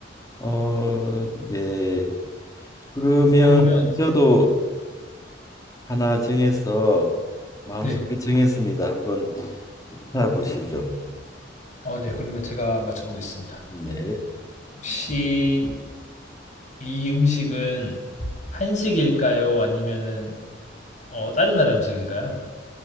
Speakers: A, on the left; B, on the left.
A: 어, 네. 그러면
B: 어, 그러면
A: 저도 하나 정해서 마음속에
B: 네.
A: 정했습니다. 한번 알아보시죠.
B: 어, 네. 그러면 제가 맞춰보겠습니다.
A: 네.
B: 혹시 이 음식은 한식일까요? 아니면은 어, 다른 나라 음식일까요?